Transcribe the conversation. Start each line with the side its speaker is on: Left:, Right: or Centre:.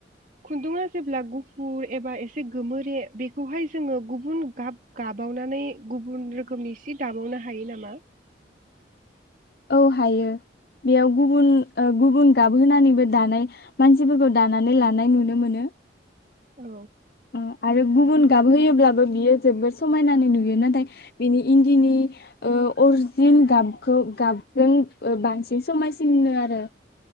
Right: खुन्दुङा जेब्ला गुफुर एबा एसे गोमोरे बेखौहाय जोङो गुबुन गाब गाबावनानै गुबुन रोखोमनि सि दाबावनो हा हायो नामा?
Left: औ हायो, बेयाव गुबुन ओ गुबुन गाबहोनानैबो दानाय मानसिफोरखौ दानानै लानाय नुनो मोनो।
Right: औ
Left: अ आरो गुबुन गाब होयोब्लाबो बियो जोबोद समायनानै नुयो नाथाय बिनि इन्दिनि ओ अरजिन गाबखौ गाबजों बांसिन समायसिनो आरो।